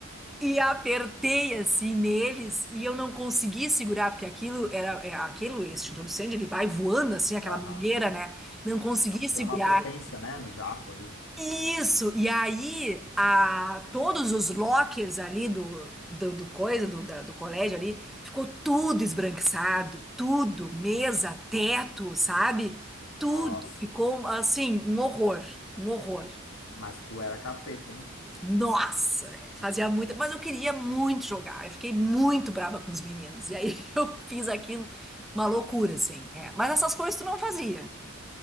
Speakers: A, in the centre; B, on the left.
A: e apertei assim neles e eu não consegui segurar, porque aquilo era é, aquilo, esse extintor de incêndio, ele vai voando assim, aquela
B: aham.
A: mangueira, né? Não consegui segurar.
B: Tem uma potência, né, no jato ali.
A: Isso! E aí, a, todos os lockers ali do, do, do coisa, do, da- do colégio ali, ficou tudo esbranquiçado, tudo, mesa, teto, sabe? Tudo
B: Nossa,
A: ficou assim, um horror, um horror.
B: mas tu era capeta, hein?
A: Nossa, velho, fazia muito, mas eu queria muito jogar. Eu fiquei muito braba com os meninos. E aí <laughs> eu fiz aquilo, uma loucura, assim. É. Mas essas coisas tu não fazia.